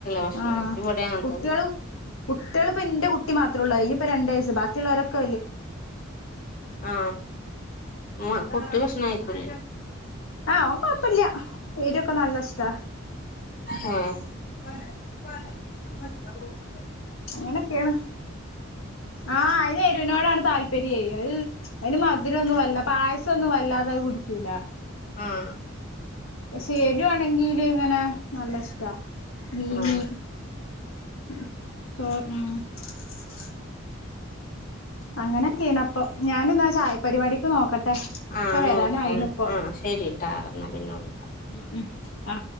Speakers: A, on the left; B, on the left.
A: ഭക്ഷണം
B: ആ
A: കഴിക്കും. ഇവിടെ അങ്ങനത്തന്നെ
B: കുട്ടികളും കുട്ടികൾ ഇപ്പ ഇന്റെ കുട്ടി മാത്രള്ളൂ ഐനിപ്പൊ രണ്ട് വയസ് ബാക്കിള്ളോരൊക്കെ
A: ആ മ്മ കുട്ടി ഭക്ഷണം കഴിക്കൂലേ
B: ആ ഓൻ കൊയ്‌പ്പില്ല ഏരൊക്കെ നല്ല ഇഷ്ടാ
A: ആ
B: അങ്ങനൊക്കെണ് ആ അയിന് ഏരൂന്നോടാണ് താല്പര്യം അയ്‌ന് മത് രൊന്നും വല്ല പായസൊന്നും വല്ലാതെ അഹ് കുടിക്കൂല
A: ആഹ്
B: പ സെരുആണെങ്കില് ഇങ്ങനെ നല്ല ഇഷ്ടാ മീന്
A: ആ
B: <unintelligible> അങ്ങനെക്കെയാണ് പ്പം ഞാന് ന്നാ ചായ പരിപാടിക്ക് നോക്കട്ടെ
A: ആ
B: ഒക്കെ വരാനായിണ്
A: നോക്കം
B: ഇപ്പൊ
A: ആ ശരിട്ടാ എന്നാ പിന്നെ വിളി
B: ഉം ഉം അ